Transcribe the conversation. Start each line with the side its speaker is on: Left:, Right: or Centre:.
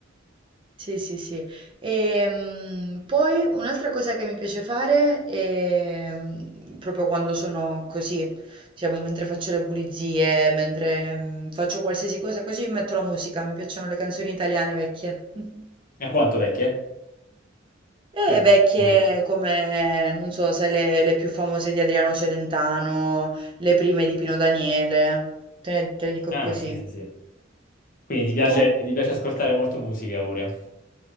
Right: Sì, sì, sì. E, mm, poi un'altra cosa che mi piace fare è mm, proprio quando sono così, diciamo, mentre faccio le pulizie, mentre mm, faccio qualsiasi cosa così, metto la musica. Mi piacciono le canzoni italiane vecchie. <laughs>
Left: E quanto vecchie?
Right: E
Left: Cioè,
Right: vecchie
Left: noi-
Right: come, non so, sai, le, le più famose di Adriano Celentano, le prime di Pino Daniele. Te ne, te ne dico
Left: ah,
Right: così.
Left: sì, sì, sì. Quindi ti piace,
Right: Tu?
Left: ti piace ascoltare molto musica pure.